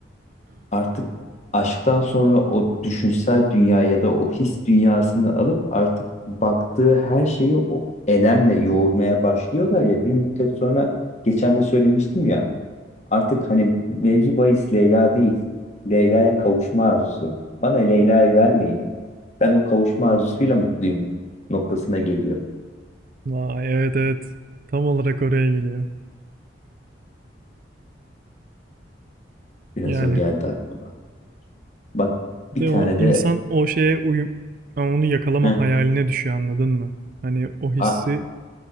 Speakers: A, on the left (about 35°); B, on the right (about 45°).
A: artık aşktan sonra o düşünsel dünya ya da o his dünyasını alıp artık baktığı her şeyi o elemle yoğurmaya başlıyorlar ya bir müddet sonra geçen de söylemiştim ya artık hani mevzu bahis Leyla değil Leyla'ya kavuşma arzusu. Bana Leyla'yı vermeyin. Ben o kavuşma arzusuyla mutluyum noktasına geliyor.
B: Vay evet evet. Tam olarak oraya geliyor.
A: Biraz
B: Yani.
A: o geldi aklıma. Bak bir
B: De
A: tane
B: o
A: de
B: insan o şeye uyum... yani onu yakalama
A: Heh,
B: hayaline düşüyor anladın mı? Hani o hissi
A: a,